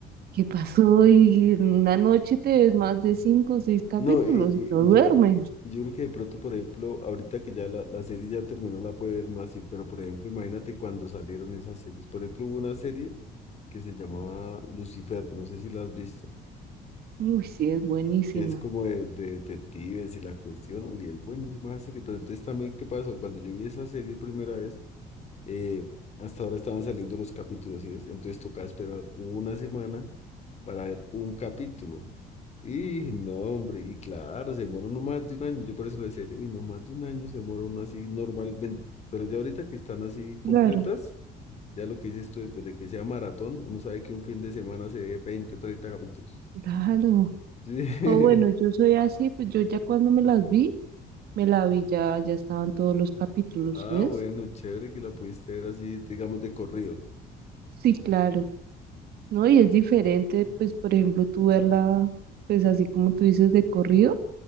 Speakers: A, on the right; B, on the left.
A: qué pasó y en una noche te ves más de cinco o seis capítulos
B: No, y, y-
A: y no duermes.
B: y yo creo, yo creo que de pronto, por ejemplo, ahorita que ya la, la serie ya terminó, la puede ver no así, pero por ejemplo, imagínate cuando salieron esas series. Por ejemplo, hubo una serie que se llamaba Lucifer, no sé si la has visto,
A: Uy, sí, es buenísima.
B: que es como de, de detectives y la cuestión, uy, es buenísima esa serie, pero entonces también, ¿qué pasó? Cuando yo vi esa serie primera vez, eh, hasta ahora estaban saliendo los capítulos, ¿sí ves? Entonces tocaba esperar una semana para ver un capítulo. Y no, hombre, y claro, se demora no más de un año. Yo por eso le decía yo, uy, no más de un año se demora uno así normalmente. Pero ya ahorita que están así completas,
A: Claro,
B: ya lo que dices tú después de que sea maratón, uno sabe que un fin de semana se ve 20, 30 capítulos.
A: claro.
B: Sí.
A: O bueno, yo
B: <laughs>
A: soy así, pues yo ya cuando me las vi. Me la vi ya, ya estaban todos los capítulos,
B: Ah,
A: ¿sí ves?
B: bueno, chévere que la pudiste ver así, digamos, de corrido.
A: Sí, claro, ¿no? Y es diferente, pues, por ejemplo, tú verla, pues, así como tú dices, de corrido,